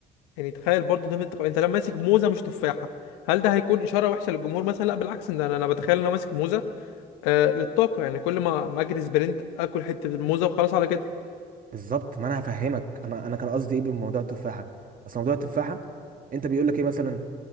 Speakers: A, on the left; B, on the right.
A: يعني تخيل برضه ده انت انت لما ماسك موزه مش تفاحه هل ده هيكون اشاره وحشه للجمهور مثلا لا بالعكس ده انا انا بتخيل ان انا ماسك موزه آه للطاقه يعني كل ما ما اجري سبرنت اكل حته الموزه وخلاص على كده
B: بالظبط ما انا هفهمك انا انا كان قصدي ايه بموضوع التفاحه اصل موضوع التفاحه انت بيقول لك ايه مثلا